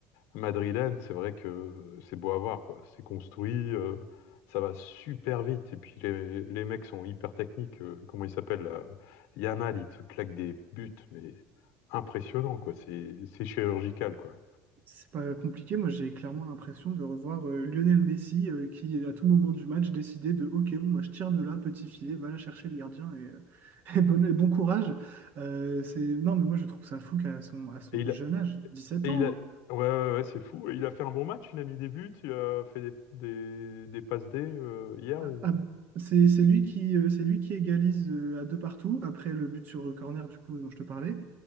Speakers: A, on the left; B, on the right.
A: madrilène, c'est vrai que c'est beau à voir, quoi. C'est construit, euh, ça va super vite. Et puis les, les mecs sont hyper techniques. euh, comment il s'appelle là? Yamal, il te claque des buts, mais impressionnant, quoi. C'est c'est chirurgical, quoi.
B: C'est pas compliqué, moi j'ai clairement l'impression de revoir euh, Lionel Messi euh, qui à tout moment du match décidait de OK, bon, moi je tire de là, petit filet, va la chercher le gardien et, euh, <laughs> et bon, et bon courage. Euh, c'est... Non mais moi je trouve ça fou qu'à son, à son
A: Et il
B: jeune
A: a,
B: âge, 17
A: et
B: ans,
A: il a, ouais, ouais, ouais, c'est fou. Et il a fait un bon match, il a mis des buts, il a fait des, des, des passes D euh, hier
B: hein,
A: ou.
B: à- c'est c'est lui qui, euh, c'est lui qui égalise euh, à deux partout après le but sur euh, corner du coup dont je te parlais.